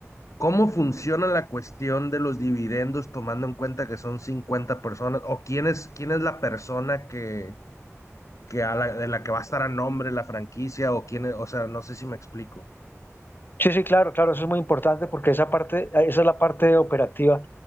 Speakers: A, on the left (about 75°); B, on the left (about 40°).
A: ¿Cómo funciona la cuestión de los dividendos tomando en cuenta que son 50 personas? ¿O quién es, quién es la persona que, que a la- de la que va a estar a nombre la franquicia? ¿O quién es? O sea, no sé si me explico.
B: Sí, sí, claro, claro, eso es muy importante porque esa parte, esa es la parte operativa.